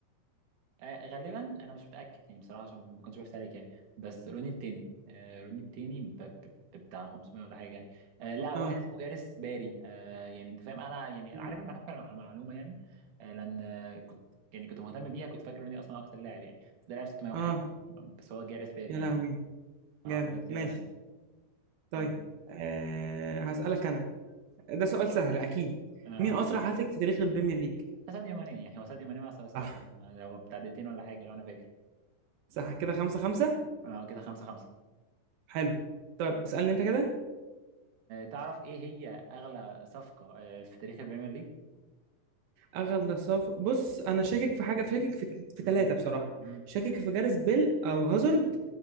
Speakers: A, on the right; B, on the right.
A: آه غالبا انا مش متاكد يعني بصراحه عشان ما كنتش بفتح عليك يعني بس روني التاني آه روني التاني ب- ب- ب- بتاع 500 ولا حاجه يعني. آه لا واحد
B: أه
A: اسمه جارس باري آه يعني انت فاهم انا يعني
B: لا.
A: عارف المعلومه كان مع- معلومه يعني آه لان آه كنت يعني كنت مهتم بيها كنت فاكر روني اصلا اكتر لاعب يعني بس ده لاعب 600 وحاجه
B: أه
A: يعني. بس هو جارس باري
B: يا
A: يعني
B: لهوي
A: اه
B: جامد
A: فده كتير
B: ماشي
A: قوي يعني
B: طيب
A: قول لي
B: أه هسألك أنا ده سؤال سهل أكيد
A: اها
B: مين أسرع هاتريك في تاريخ البريمير ليج؟
A: اه ساديو ماني يعني هو ساديو ماني مع سماب
B: صح
A: كان آه، هو بتاع دقيقتين ولا حاجه لو انا فاكر
B: صح كده خمسة خمسة
A: اه كده 5 5
B: حلو طب اسألني أنت كده
A: تعرف ايه هي اغلى صفقه آه في تاريخ البريمير ليج
B: أغلى صف بص أنا شاكك في حاجة شاكك في في
A: مم.
B: ثلاثة بصراحة
A: مم.
B: شاكك في جاريس بيل أو هازارد
A: مم.